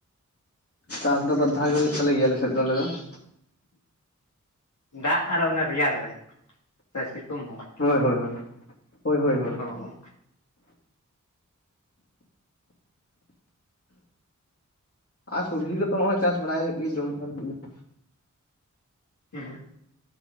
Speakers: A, on the left; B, on the left.
A: ᱪᱟᱥ ᱫᱚ ᱵᱟᱨ ᱫᱷᱟᱣ ᱜᱮ ᱦᱩᱭᱩᱜ ᱛᱟᱞᱮ ᱜᱮᱭᱟ ᱟᱞᱮ ᱥᱮᱫ ᱫᱚ ᱟᱞᱮ ᱫᱚ ᱾
B: ᱫᱟᱜ ᱟᱨ ᱚᱱᱮ ᱨᱮᱭᱟᱲ ᱨᱮ ᱥᱮ ᱥᱤᱛᱩᱝ ᱦᱚᱸ ᱾
A: ᱦᱳᱭ ᱦᱳᱭ ᱦᱳᱭ, ᱦᱳᱭ ᱦᱳᱭ ᱦᱳᱭ ᱾
B: ᱦᱩᱸ
A: ᱟᱨ ᱥᱚᱵᱽᱡᱤ ᱠᱚᱫᱚ ᱦᱚᱸᱜᱼᱚᱭ ᱪᱟᱥ ᱵᱟᱲᱟᱭ ᱦᱩᱭᱩᱜ ᱜᱮᱭᱟ ᱡᱚᱢ ᱞᱟᱹᱜᱤᱫ ᱫᱚ ᱾
B: ᱦᱩᱸ ᱾